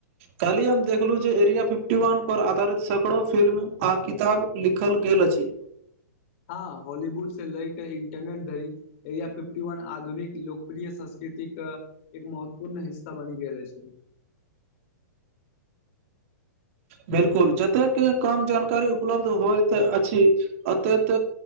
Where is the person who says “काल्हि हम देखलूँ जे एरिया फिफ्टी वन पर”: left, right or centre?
Right